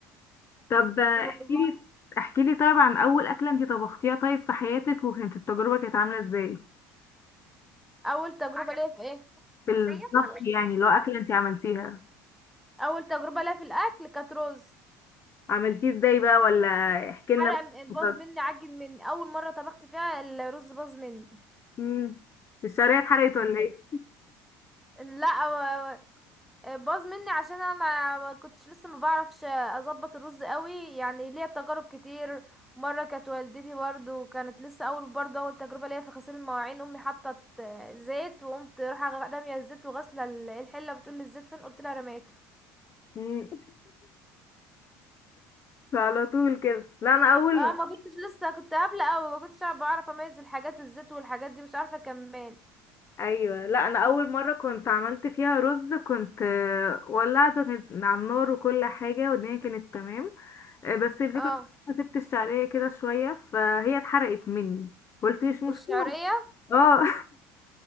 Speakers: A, on the left; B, in the centre.
A: طب احكيلي
B: والله
A: احكيلي طيب عن اول اكلة انت طبختيها طيب في حياتك وكانت التجربة كانت عاملة ازاي
B: اول تجربة ليا في ايه
A: في الطبخ
B: سيبها مش تنفع.
A: يعني لو اكلة انت عملتيها
B: اول تجربه ليا في الاكل كانت رز
A: عملتيه ازاي بقى ولا احكي لنا
B: حرق م-
A: بقى
B: باظ مني عجن مني اول مره طبخت فيها الرز باظ مني
A: امم الشرايح اتحرقت ولا ايه
B: لا و- باظ مني عشان انا ما كنتش لسه ما بعرفش اظبط الرز قوي يعني ليا تجارب كتير مره كانت والدتي برضو كانت لسه اول برضو اول تجربه ليا في غسيل المواعين امي حطت آه، زيت وقمت رايحه غ- راميه الزيت وغاسله ال- الحله بتقول لي الزيت فين قلت لها رميته
A: مم. <laughs> فعلى طول كده لا انا اول
B: اه ما كنتش لسه كنت قابلة اوي ما كنتش عارفة- بعرف اميز الحاجات الزيت والحاجات دي مش عارفة اكمل
A: ايوه لا انا اول مره كنت عملت فيها رز كنت آه، ولعته كانت على النار وكل حاجه والدنيا كانت تمام آه، بس الفكره
B: اه
A: إن أنا سبت الشعريه كده شويه فهي اتحرقت مني قلت مش مشكله
B: الشعرية
A: اه